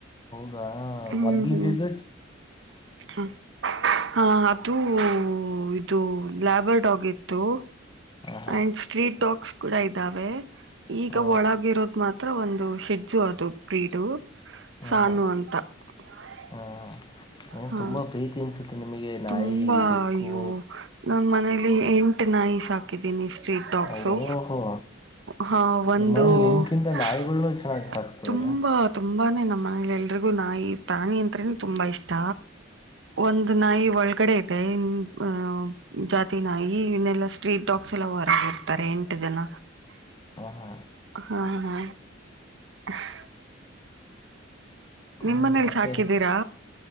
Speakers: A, on the left; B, on the right.
A: ಹಾ
B: ಹ್ಮ್
A: ಮೊದ್ಲ
B: ಹ್ಮ್
A: ಇದಿದ್ದ
B: ಹ <unintelligible> ಹಾ ಅದುೂ ಇದು ಲ್ಯಾಬರ್ ಡಾಗ್ ಇತ್ತು
A: ಹಾ
B: ಅಂಡ್ ಸ್ಟ್ರೀಟ್ ಸ್ಟ್ರೀಟ್ ಡಾಗ್ಸ್ ಕೂಡ ಇದಾವೆ ಈಗ
A: ಹಾ
B: ಒಳಗ ಇರೋದ್ ಮಾತ್ರ ಹತ್ರ ಒಂದು ಶೆಜಜು ಅದು ಬ್ರೀಡು
A: ಹಾ
B: ಸಾನು
A: ಹಾ
B: ಅಂತ <unintelligible> ನಾಳೆ
A: ಹಾ ಏನ್
B: ಹಾ
A: ತುಂಬಾ ಪ್ರೀತಿ ಅನ್ಸುತ್ತೆ ನಿಮಗೆ ನಾಯಿ
B: ತುಂಬಾ
A: ಬೆಕ್ಕು
B: ಅಯ್ಯೋ ನಮ್ಮ ಮನಲಿ ಎಂಟು ನಾಯಿ ಸಾಾಕಿದ್ದೀನಿ ಇಷ್ಟ ಸ್ಟ್ರೀಟ್ ಟಾಕ್ಸು
A: ಓಹೋ
B: ಹ ಒಂದು
A: ನಿಮ್ಮನೇಲಿ
B: <unintelligible>
A: ನಿಮ್ಕಿಂತ ನಾಯಿಗಳ್ನು ಚೆನ್ನಾಗಿ ಸಾಕ್ಸ್ತದ್ರ
B: ತುಂ ತುಂಬಾ ತುಂಬಾನೇ ನಮ್ಮ ಮನಲಿ ಎಲ್ರಿಗೂ ನಾಯಿ ಪ್ರಾಣಿ ಅಂತನೆ ತುಂಬಾ ಇಷ್ಟ ಒಂದ ನಾಯಿ ಒಳಗಡೆ ಮತ್ತ ಹಾ ಜಾತಿನಾಗಿ ಇನ್ನೆಲ್ಲಾ ಸ್ಟ್ರೀಟ್ ಡಾಗ್ಸ್ ಎಲ್ಲ ಹೊರಾಗಿರ್ತಾರೆ ಎಂಟು ಜನ
A: ಹಾ ಹಾ
B: ಹಾ ಹಾ <unintelligible>
A: ಹ್ಮ್
B: ನಿಮ್ ಮನೇಲಿ
A: ಮತ್ತೆ
B: ಸಾಕಿದ್ದೀರಾ